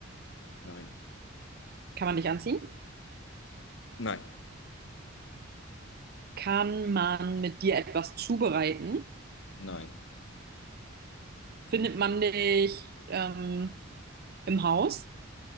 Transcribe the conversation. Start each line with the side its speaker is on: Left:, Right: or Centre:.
Left: Nein.
Right: Kann man dich anziehen?
Left: Nein.
Right: Kann man mit dir etwas zubereiten?
Left: Nein.
Right: Findet man dich ähm, im Haus?